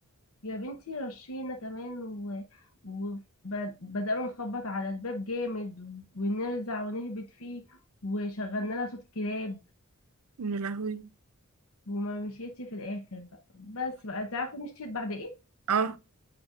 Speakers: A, on the left; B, on the right.
A: يا بنتي رشينا كمان و... وبدأنا نخبط على الباب جامد ونرزع ونهبط فيه وشغلنا لها صوت كلاب
B: يا لهوي
A: وما مشيتش في الآخر بقى بس بقى انت عارفة مشيت بعد ايه؟
B: اه